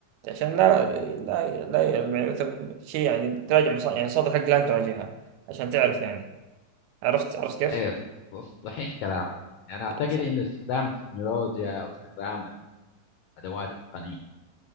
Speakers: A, on the right (about 80°); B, on the left (about 80°).
A: عشان لا لا لا يعني مثلا شيء يعني تراجع مصادر يعني المصادر حق لا تراجعها عشان تعرف يعني عرفت عرفت كيف
B: اي ص- ص- صحيح كلامك يعني انا اعتقد
A: صح
B: انه استخدام التكنولوجيا واستخدام الادوات التقنيه